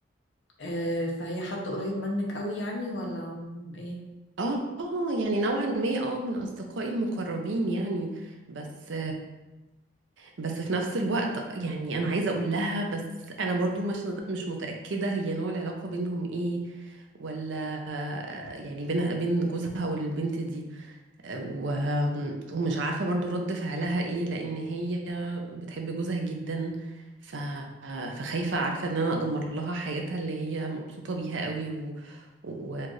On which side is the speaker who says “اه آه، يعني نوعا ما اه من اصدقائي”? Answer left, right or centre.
Right